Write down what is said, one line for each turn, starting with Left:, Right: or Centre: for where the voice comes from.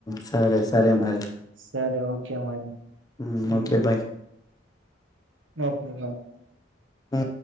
Left: సరే సరే మరి
Right: సరే ఓకే మరి
Left: హు
Right: ఉమ్,
Left: ఓకే బాయ్
Right: <unintelligible>
Left: అ